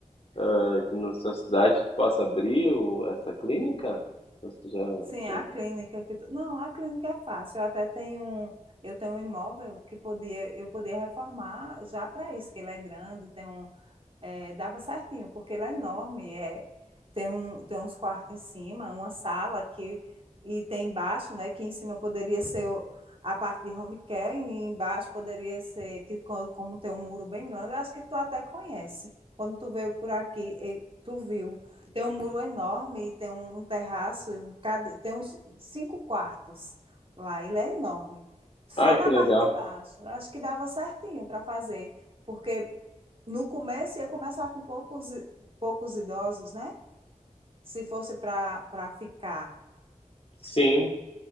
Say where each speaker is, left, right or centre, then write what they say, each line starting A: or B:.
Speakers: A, on the left; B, on the right.
A: ah, na sua cidade que possa abrir o- essa clínica? Você já,
B: Sim,
A: já...
B: a clínica que tu... Não, a clínica é fácil. Eu até tenho um, eu tenho um imóvel que podia, eu podia reformar já para isso, que ele é grande, tem um, é, dava certinho, porque ele é enorme, é, tem um, tem uns quartos em cima, uma sala que e tem embaixo, né, que em cima poderia ser o- a parte de home care e embaixo poderia ser que co- como tem um muro bem grande, eu acho que tu até conhece. Quando tu veio por aqui, e- tu viu. Tem um muro enorme e tem um, um terraço e cada, tem uns cinco quartos lá, ele é enorme. Só
A: Ai,
B: na
A: que legal.
B: parte de baixo. Eu acho que dava certinho para fazer, porque no começo ia começar com poucos, poucos idosos, né? Se fosse para para ficar.
A: Sim,